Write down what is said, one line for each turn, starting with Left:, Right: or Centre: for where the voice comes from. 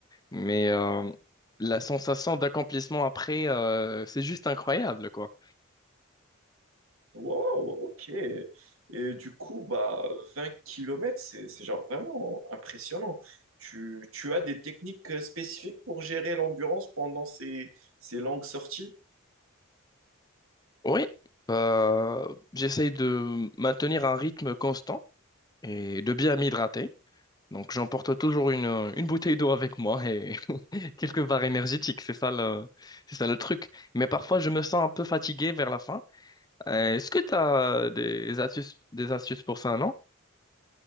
Left: Mais euh, la sensation d'accomplissement après, euh, c'est juste incroyable quoi.
Right: Wow, ok. Et du coup, bah 20 kilomètres, c'est, c'est genre vraiment impressionnant. Tu, tu as des techniques euh, spécifiques pour gérer l'endurance pendant ces, ces longues sorties?
Left: Oui, bah, j'essaie de maintenir un rythme constant et de bien m'hydrater. Donc j'emporte toujours une, euh, une bouteille d'eau avec moi et <laughs> quelques barres énergétiques, c'est ça le, c'est ça le truc. Mais parfois je me sens un peu fatigué vers la fin. Euh, Est-ce que tu as des astuces, des astuces pour ça, non?